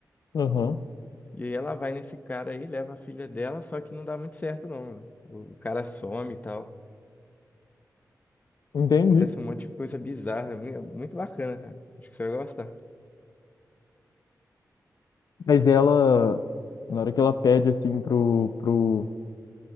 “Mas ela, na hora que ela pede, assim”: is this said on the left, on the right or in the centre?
Left